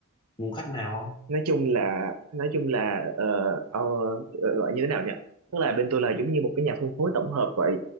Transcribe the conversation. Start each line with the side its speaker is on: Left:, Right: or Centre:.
Left: nguồn khách nào không
Right: nói chung là nói chung là ờ, ờ, ờ, gọi như thế nào nhỉ tức là bên tôi là giống như một cái nhà phân phối tổng hợp vậy